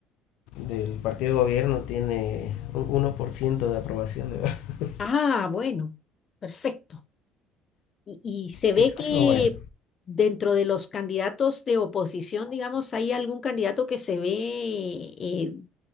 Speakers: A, on the left (about 80°); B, on the left (about 35°).
A: del partido de gobierno tiene un uno por ciento de aprobación. ¿verdad? <laughs>
B: ah, bueno, perfecto. Y, y se ve
A: Eso.
B: que
A: Pero bueno,
B: dentro de los candidatos de oposición, digamos, hay algún candidato que se ve, eh,